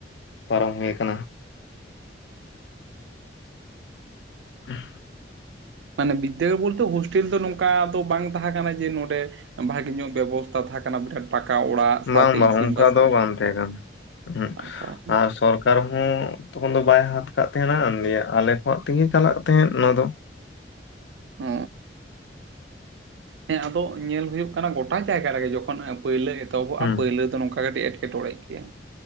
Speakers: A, on the left; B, on the right.
A: ᱯᱟᱨᱚᱢ ᱦᱩᱭ ᱟᱠᱟᱱᱟ <unintelligible>
B: ᱢᱟᱱᱮ ᱵᱤᱫᱽᱫᱟᱹᱜᱟᱲ ᱵᱚᱞᱛᱮ ᱦᱳᱥᱴᱮᱞ ᱛᱚ ᱱᱚᱝ ᱠᱟ ᱫᱚ ᱵᱟᱝ ᱛᱟᱦᱮᱸ ᱠᱟᱱᱟ, ᱡᱮ ᱱᱚᱸᱰᱮ ᱵᱷᱟᱜᱮ ᱧᱚᱜ ᱵᱮᱵᱚᱥᱛᱟ ᱛᱟᱦᱮᱸ ᱠᱟᱱᱟ, ᱵᱤᱨᱟᱴ ᱯᱟᱠᱟ ᱚᱲᱟᱜ ᱥᱟᱶᱛᱮ
A: ᱵᱟᱝ ᱵᱟᱝ
B: ᱤᱥᱤᱱ
A: ᱚᱝᱠᱟ
B: ᱵᱟᱥᱟᱝ
A: ᱫᱚ ᱵᱟᱝ ᱛᱟᱦᱮᱸ ᱠᱟᱱᱟ, ᱩ
B: ᱵᱟᱝ ᱛᱟᱦᱮᱸ ᱠᱟᱱᱟ
A: ᱟᱨ ᱥᱚᱨ ᱟᱨᱦᱚᱸ ᱛᱚᱠᱷᱚᱱ ᱫᱚ ᱵᱟᱭ ᱦᱟᱛ ᱠᱟᱜ ᱛᱟᱦᱮᱸᱱᱟ, ᱱᱤᱭᱮ ᱟᱞᱮ ᱠᱷᱚᱣᱟᱜ ᱛᱮᱜᱮ ᱪᱟᱞᱟᱜ ᱛᱟᱦᱮᱸᱫ, ᱚᱱᱟ ᱫᱚ᱾
B: ᱚ ᱦᱮᱸ ᱟᱫᱚ ᱧᱮᱞ ᱦᱩᱭᱩᱜ ᱠᱟᱱᱟ ᱜᱚᱴᱟ ᱡᱟᱭᱜᱟ ᱨᱮᱜᱮ ᱡᱚᱠᱷ ᱛᱚᱠᱷᱚᱱ ᱯᱳᱭᱞᱳ ᱮᱛᱚᱦᱚᱵᱚᱜᱼᱟ
A: ᱦᱩᱸ
B: ᱯᱳᱭᱞᱳ ᱫᱚ ᱱᱚᱝᱠᱟ ᱠᱟᱹᱴᱤᱡ ᱮᱴᱠᱮᱴᱚᱬᱮ ᱜᱮᱭᱟ